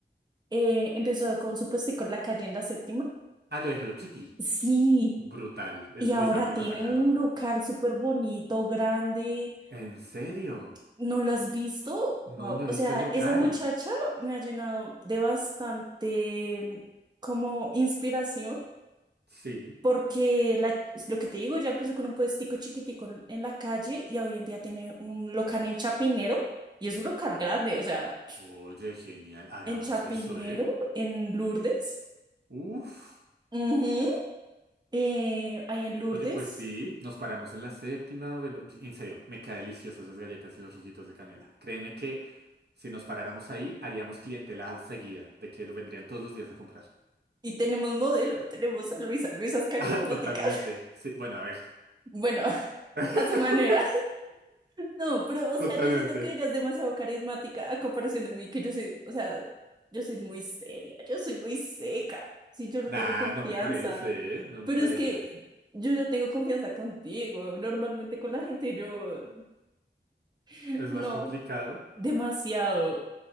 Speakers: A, on the right; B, on the right.
A: eh, empezó con su puestico en la calle en la séptima.
B: Ah, lo de Hello Kitty.
A: Sí,
B: Brutal. Es-
A: y
B: Luisa
A: ahora
B: me lo
A: tiene
B: muestra cada
A: un
B: rato.
A: local súper bonito, grande.
B: ¿En serio?
A: ¿No la has visto? Wow.
B: No, no he
A: O
B: visto
A: sea,
B: el local.
A: esa muchacha me ha llenado de bastante mm, como inspiración
B: Sí.
A: Porque la- es lo que te digo, ya empezó con un puestico chiquitico en en la calle y hoy en día tiene un local en Chapinero y es un local grande, o sea,
B: Oye, genial. Hagamos
A: en Chapinero,
B: eso, ¿eh?
A: en Lourdes,
B: Uf.
A: ujú, eh, ahí en Lourdes
B: Oye, pues sí. Nos paramos en la séptima. Bueno, y- en serio, me quedan deliciosas esas galletas y los rollitos de canela. Créeme que si nos paráramos ahí, haríamos clientela seguida, de que vendrían todos los días a comprar. <laughs>
A: y tenemos modelo, tenemos a Luisa, Luisa es carismática,
B: Ah, totalmente.
A: <laughs>
B: Sí, bueno, a ver.
A: bueno, <laughs>
B: <laughs>
A: a su manera. No, pero, o
B: Totalmente.
A: sea, yo siento que ella es demasiado carismática a comparación de mí, que yo soy, o sea, yo soy muy seria, yo soy muy seca, sí, yo no
B: Nah,
A: tengo confianza,
B: no me parece, ¿eh? No me
A: pero
B: parece.
A: es que yo ya tengo confianza contigo, normalmente con la gente yo, <laughs>
B: Es
A: no,
B: más complicado.
A: demasiado,